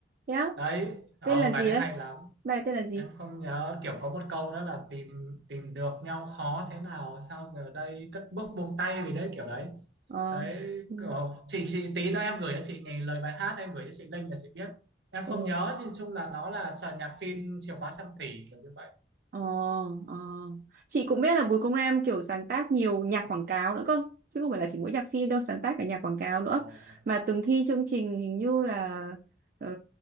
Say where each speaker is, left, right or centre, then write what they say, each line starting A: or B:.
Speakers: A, on the right; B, on the right.
A: thế á,
B: đấy ờ,
A: tên là
B: bài
A: gì
B: đấy
A: đấy
B: hay lắm
A: bài tên là gì?
B: em không nhớ kiểu có một câu đó là tìm tìm được nhau khó thế nào sao giờ đây cất bước buông tay gì đấy kiểu đấy
A: Ờ.
B: đấy
A: Ừ.
B: ờ, chị chị tí nữa em gửi cho chị nghe lời bài hát em gửi cho chị link là chị biết em
A: Ừ.
B: không nhớ nhưng chung là nó là sàn nhạc phim Chìa khóa trăm tỷ kiểu như vậy
A: Ờ. Ờ. Chị cũng biết là Bùi Công Nam kiểu sáng tác nhiều nhạc quảng cáo nữa cơ. Chứ không phải là chỉ mỗi nhạc phim đâu, sáng tác cả nhạc quảng cáo nữa.
B: Ồ,
A: Mà từng thi chương trình hình như là ờ,